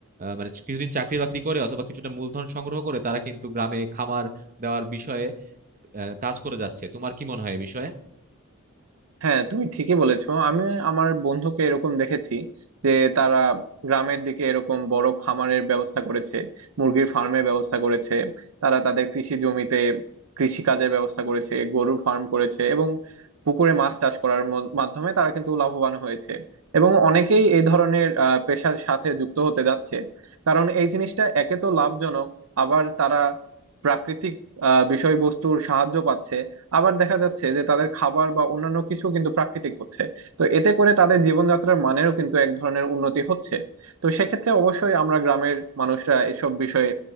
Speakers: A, on the right; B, on the right.
A: আহ, মানে কিছুদিন চাকরি বাকরি করে অথবা কিছুটা মূলধন সংগ্রহ করে তারা কিন্তু গ্রামে খামার দেওয়ার বিষয়ে আহ, কাজ করে যাচ্ছে তোমার কি মনে হয় এ বিষয়ে
B: হ্যাঁ তুমি ঠিকই বলেছো আমি আমার বন্ধুকে এরকম দেখেছি যে তারা গ্রামের দিকে এরকম বড় খামারের ব্যবস্থা করেছে মুরগির ফার্মের ব্যবস্থা করেছে তারা তাদের কৃষি জমিতে কৃষি কাজের ব্যবস্থা করেছে গরুর ফার্ম করেছে এবং পুকুরে মাছ চাষ করার ম- মাধ্যমে তারা কিন্তু লাভবান হয়েছে এবং অনেকেই এই ধরনের আহ, পেশার সাথে যুক্ত হতে যাচ্ছে কারণ এই জিনিসটা একে তো লাভজনক আবার তারা প্রাকৃতিক আহ, বিষয়বস্তুর সাহায্য পাচ্ছে আবার দেখা যাচ্ছে যে তাদের খাবার বা অন্যান্য কিছু কিন্তু প্রাকৃতিক হচ্ছে তো এতে করে তাদের জীবনযাত্রার মানেরও কিন্তু এক ধরনের উন্নতি হচ্ছে তো সেক্ষেত্রে অবশ্যই আমরা গ্রামের মানুষরা এসব বিষয়ে